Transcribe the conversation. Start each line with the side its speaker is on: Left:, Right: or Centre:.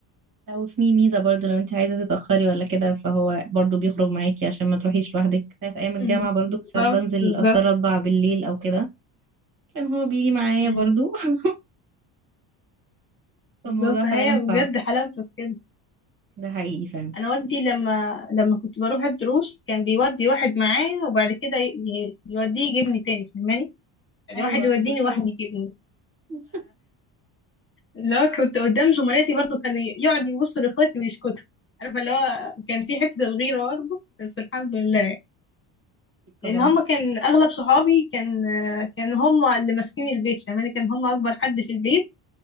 Right: لو في ميزة برضو لو انت عايزة تتأخري ولا كده فهو برضو بيخرج معاكي عشان ما تروحيش لوحدك ساعة ايام الجامعة
Left: مم.
Right: برضو كنت ساعات
Left: بالظبط
Right: بنزل
Left: بالظبط
Right: اضطر اطبع بالليل او كده كان هو بيجي معايا
Left: مم.
Right: برضو <laughs> فالموضوع
Left: بالظبط ما
Right: فعلا
Left: هي
Right: صعب
Left: بجد حلاوته في كده
Right: ده حقيقي فعلا
Left: انا والدي لما لما كنت بروح الدروس كان بيودي واحد معاه وبعد كده ي- ي- يوديه يجيبني تاني فاهماني يعني
Right: ايوه
Left: واحد يوديني
Right: بالظبط
Left: وواحد يجيبني
Right: <laughs>
Left: اللي هو كنت قدام زملاتي برضو كان يقعد يبص لاخواتي ويسكتوا عارفه اللي هو كان في حته الغيره برضو بس الحمد لله
Right: طبعا
Left: لان هم كان اغلب صحابي كان كان هم اللي ماسكين البيت فاهماني كان هم اكبر حد في البيت